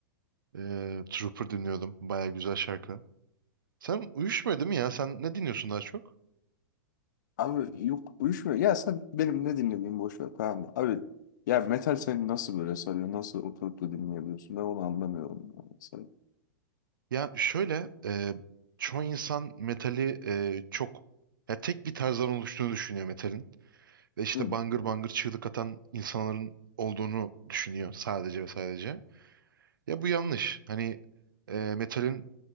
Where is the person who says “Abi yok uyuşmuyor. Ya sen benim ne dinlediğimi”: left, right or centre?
Left